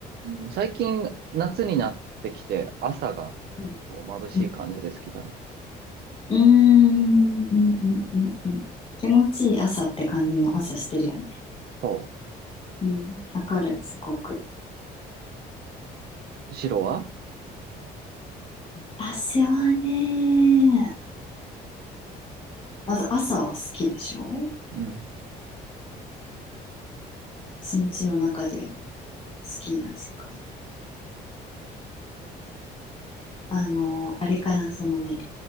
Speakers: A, on the right; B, on the left.
A: ん最近、夏になってきて、朝が
B: うん
A: こう眩しい感じで好きだな。
B: うんうーんうんうんうんうん気持ちいい朝って感じの朝してるよね。
A: そ
B: うん。わかる、すごく。
A: う。白は
B: 私はね、まず朝は好きでしょ
A: うん。
B: 一日の中で好きな時間。あの、あれかな、そのね、